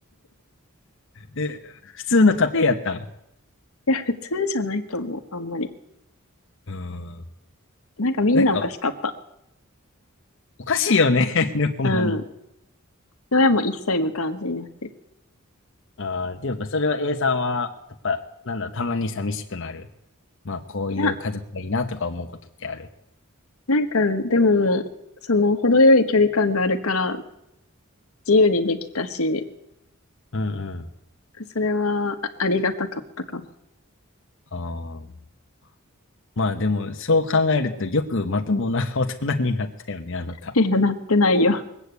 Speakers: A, on the left (about 60°); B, on the left (about 80°).
A: え、普通の家庭やったん
B: や、普通じゃないと思う、あんまり。
A: うん。
B: なんかみんなおかしかった。
A: なんか、おかしいよね。<laughs> ねほんまに。
B: うん。親も一切無関心やし。
A: ああ、でやっぱそれは A さんは、やっぱ、なんだろう、たまに寂しくなる。まあ、こういう家族がいいなとか思うことってある。
B: いや、なんかでも、その程よい距離感があるから自由にできたし、
A: うんうん。
B: それはあ、ありがたかったかな。
A: ああ。まあでも、そう考えると、よくまともな <laughs> 大人になったよね、あなた。
B: <laughs> いや、なってないよ。